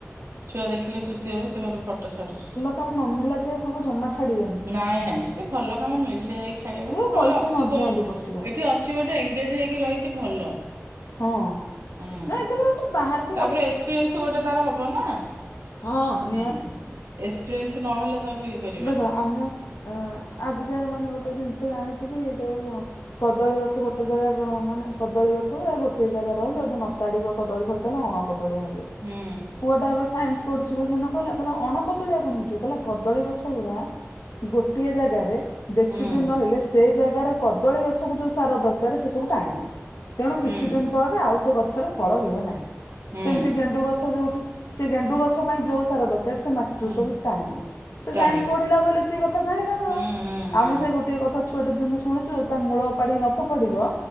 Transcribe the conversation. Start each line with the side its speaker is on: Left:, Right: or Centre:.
Right: ଛୁଆ ଦେଖିଲେ ଖୁସି ହେବେ। ସେ ମୋତେ ଫଟୋ ଛାଡୁଚି।
Left: ତାଙ୍କୁ ନମିଳିଲା ଯାଏ କହିବ ଜମା ଛାଡିବେନି।
Right: ନାଇଁ ନାଇଁ ସେ ଭଲ କାମ ମିଳିଲେ ଯାଇକି ଛାଡିବ ନା।
Left: ଏ
Right: ନହେଲେ
Left: ପଇସା
Right: ଅଛି
Left: ନ
Right: ତ
Left: ଦିଅନ୍ତୁ
Right: ଏ ଏଇଠି
Left: ପଛିକା
Right: ଅଛି ଗୋଟେ ଇ ଏନ୍ଗେଜ୍ ହେଇକି ରହିଛି ଭଲ।
Left: ହଁ।
Right: ହୁଁ
Left: ନାଇଁ ତାପରେ ଗୋଟେ ବାହାର
Right: ତାପରେ ଏକ୍ସପିରିଏନ୍ସ ଗୋଟେ ତାର ହବ ନା।
Left: ହଁ ନିହାତି।
Right: ହୁଁ ଏକ୍ସପିରିଏନ୍ସ ନହେଲେ ତାକୁ ଇଏ କରିବେନି
Left: ଦେଖ ଆମେ ଅ ଆଜି ଯାଏ ମାନେ ଗୋଟେ ଜିନିଷ ଜାଣିଚୁ ଯୋଉ କଦଳୀ ଗଛ ଗୋଟେ ଜାଗା ର ମାନେ କଦଳୀ ଗଛ ଗୁରା ଗୋଟେ ଜାଗା ରହିଲେ ନ ତାଡ଼ିବ କଦଳୀ ଫସଲ ଅଣ କଦଳୀଆ ହେଇଯିବ।
Right: ହୁଁ
Left: ପୁଅଟା ଏବେ ସାଇନ୍ସ ପଢୁଛି ବୋଲି ସିନା କହିଲା। କହିଲା ଅଣକଦଳୀଆ କଣ ହେଇଯିବ। କହିଲା କଦଳୀ ଗଛ ଗୁଡ଼ା ଗୋଟିଏ ଜାଗାରେ ବେଶୀ
Right: ହୁଁ
Left: ଦିନ ରହିଲେ ସେ ଜାଗାର କଦଳୀ ଗଛ କୁ ଯଉ ସାର ଦରକାର ସେ ସବୁ ଟାଣି ନିଏ। ତେଣୁ କିଛି
Right: ହୁଁ
Left: ଦିନ୍ ପରେ ଆଉ ସେ ଗ ଗଛରେ ଫଳ ହୁଏ ନାହିଁ।
Right: ହୁଁ ହୁଁ
Left: ସେମିତି ଗେଣ୍ଡୁ ଗଛ ଯୋଉଠି ସେ ଗେଣ୍ଡୁ ଗଛ ପାଇଁ ଯୋଉ ସାର ଦରକା ର, ସେ ମାଟିରୁ
Right: ହୁଁ
Left: ସବୁ ଟାଣିନିଏ। ସେ
Right: ଟାଣିବ
Left: ସାଇନ୍ସ ପଢିଲା ବୋଲି ଏତିକି କଥା ଜାଇଁଲା ନା।
Right: ହୁଁ
Left: ଆଉ
Right: ହୁଁ ହୁଁ
Left: ଆମେ ସେ ଗୋଟିଏ କ ଥା ଛୁଆଟି ଦିନୁ ଶୁଣିଚୁ ତା ମୂଳ ଉପାଡି ନ ଫୋପାଡିବ